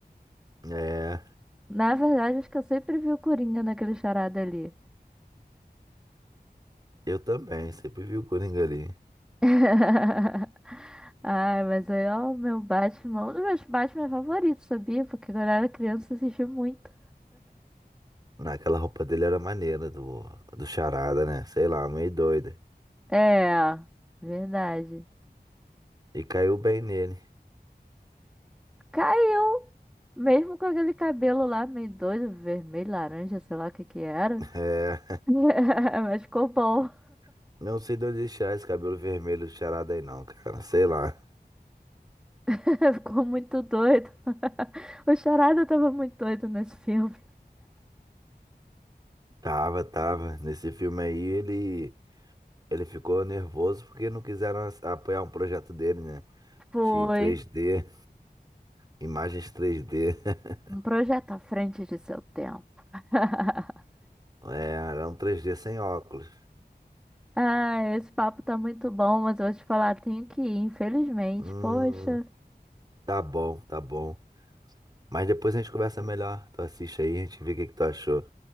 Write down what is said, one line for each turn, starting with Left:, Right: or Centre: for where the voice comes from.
Right: É,
Centre: Na verdade, acho que eu sempre vi o Coringa naquele charada ali.
Right: eu também, sempre vi o Coringa ali.
Centre: <laughs> Ai, mas aí, ó, o meu Batman, um dos meus Batman favoritos, sabia? Porque quando eu era criança eu assistia muito.
Right: Naquela roupa dele era maneira, do, do charada, né? Sei lá, meio doida.
Centre: É, verdade.
Right: E caiu bem nele.
Centre: Caiu! Mesmo com aquele cabelo lá meio doido, vermelho, laranja, sei lá o que que era.
Right: É,
Centre: <laughs> Mas ficou bom.
Right: <laughs> não sei de onde deixar esse cabelo vermelho do charada aí não, cara. Sei lá.
Centre: <laughs> Ficou muito doido. O Charada tava muito doido nesse filme.
Right: Tava, tava. Nesse filme aí ele, ele ficou nervoso porque não quiseram as- apoiar um projeto dele, né?
Centre: Foi
Right: De três d imagens três d <laughs>
Centre: um projeto à frente de seu tempo. <laughs>
Right: É, era um três d sem óculos.
Centre: Ah, esse papo tá muito bom, mas eu vou te falar, tenho que ir, infelizmente.
Right: Hum,
Centre: Poxa.
Right: Tá bom, tá bom. Mas depois a gente conversa melhor. Tu assiste aí, a gente vê o que que tu achou.